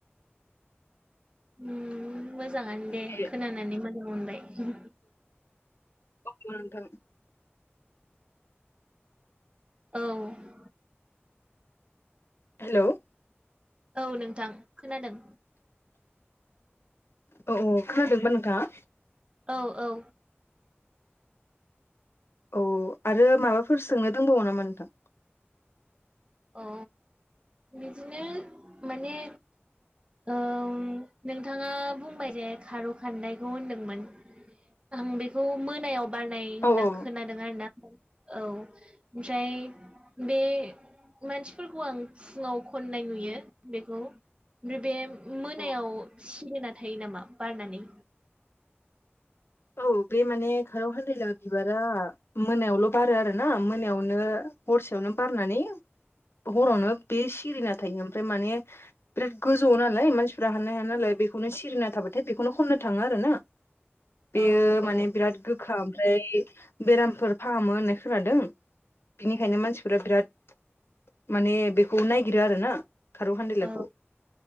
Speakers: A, on the right (about 25°); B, on the left (about 65°).
A: उम मोजाङानो दे
B: बे
A: खोनानानै मोजां मोनबाय
B: <unintelligible> नोंथां
A: औ।
B: हेल'
A: औ नोंथां खोनादों
B: औ औ खोनादों ना नोंथाङा?
A: औ औ
B: औ आरो माबाफोर सोंनो दंबावो नामा नोंथां?
A: अ बिदिनो माने औ नोंथाङा बुंबाय जे खार' खान्दायखौ होनदोंमोन। आं बेखौ मोनायाव बारनाय
B: औ
A: होनना
B: औ
A: खोनादों आरोना औ ओमफ्राय बे मानसिफोरखौ आं फुङाव खननाय नुयो बेखौ ओमफ्राय बे मोनायाव
B: औ
A: सिरिना थायो नामा बारनानै?
B: औ बे माने खाराव खान्दाया बिबारा मोनायावल' बारो आरो ना मोनायावनो हरसेयावनो बारनानै हरावनो बे सिरिना थायो ओमफ्राय माने बिराद गोजौ नालाय मानसिफोरा हाननो हाया नालाय बेखौनो सिरिना थाबाथाय बेखौनो खन्नो थाङो आरो ना। बेयो
A: औ
B: माने
A: औ
B: बिराद गोखा ओमफ्राय बेरामफोर फाहामो होननाय खोनादों बिनिखायनो मानसिफोरा बिराद माने बेखौ नायगिरो आरो ना खारौ खान्देलाखौ
A: औ